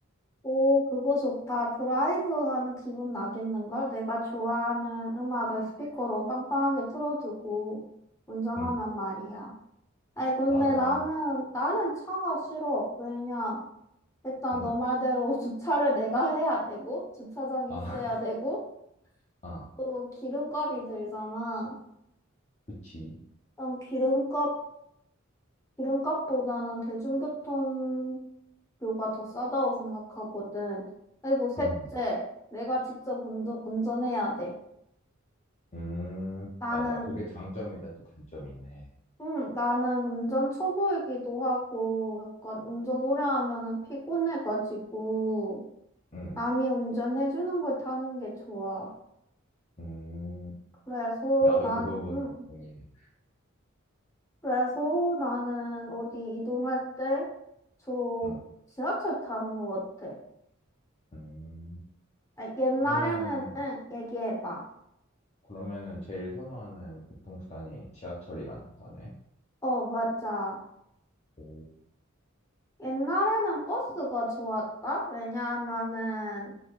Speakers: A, on the left; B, on the left.
A: 오, 그거 좋다. 드라이브 하는 기분 나겠는걸? 내가 좋아하는 음악을 스피커로 빵빵하게 틀어두고 운전하면
B: 응,
A: 말이야. 아이, 근데
B: 맞아.
A: 나는, 나는 차가 싫어. 왜냐? 일단
B: 응,
A: 너 말대로 <laughs> 주차를 내가 해야 되고, 주차장이
B: 아,
A: 있어야 되고,
B: <laughs> 아,
A: 또 기름값이 들잖아.
B: 그치.
A: 난 기름값, 기름값보다는 대중교통료가 더 싸다고 생각하거든. 그리고 셋째,
B: 응,
A: 내가 직접 운전, 운전해야 돼.
B: 음,
A: 나는,
B: 맞아. 그게 장점이다, 또 단점이네.
A: 응, 나는 운전 초보이기도 하고, 약간 운전 오래 하면은 피곤해가지고,
B: 응,
A: 남이 운전해주는 걸 타는 게 좋아.
B: 음,
A: 그래서
B: 나도
A: 난,
B: 그 부분
A: 응,
B: 동의해.
A: 그래서 나는 어디 이동할 때 주로
B: 응.
A: 지하철 타는 것 같아.
B: 음,
A: 아, 옛날에는,
B: 그러면은,
A: 응, 얘기해봐.
B: 그러면은 제일 선호하는 교통수단이 지하철이라는 거네.
A: 어, 맞아.
B: 오,
A: 옛날에는 버스가 좋았다? 왜냐하면은